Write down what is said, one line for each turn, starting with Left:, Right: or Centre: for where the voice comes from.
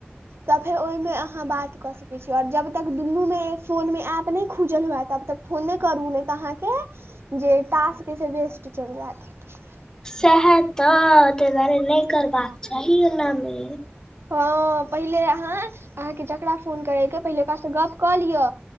Right: तऽ फेर ओहिमे अहाँ अहाँ बात कऽ सकैत छी आओर जब तक दुनूमे फोनमे एप नहि खुजल हुएा तब तक फोन नइ करू ने तऽ नै तऽ अहाँके जे टास्क जे छै वेस्ट चलि जाएत
Left: सहाए तऽ तेहि दुआरे नहि करबाक चाही एनामे
Right: हाँ पहिले अहाँ अहाँके जकरा फोन करैके पहिले ओकरासँ गप्प कऽ लिअ